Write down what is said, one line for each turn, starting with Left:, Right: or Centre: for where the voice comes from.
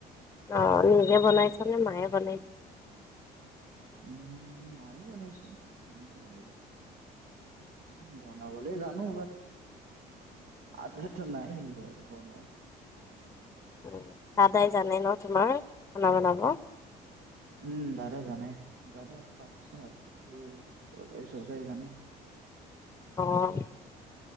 Left: অ' নিজে বনাইছানে মায়ে বনাই
Right: উম, মায়ে বনাইছে। মই বনাবলে জানো। বাট <unintelligible> নাই সেনেকুৱা আৰু বনোৱা।
Left: উম! দাদাই জানে ন' তোমাৰ খানা বনাব?
Right: উম, দাদা জানে, দাদা ভাত-চাত এইবোৰ তৰকাৰী-চৰকাৰী জানে।
Left: অ'।